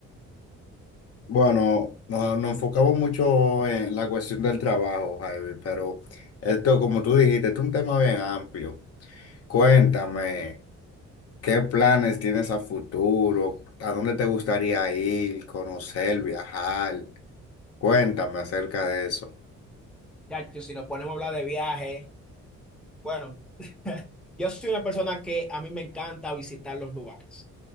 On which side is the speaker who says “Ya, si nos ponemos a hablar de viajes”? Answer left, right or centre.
Centre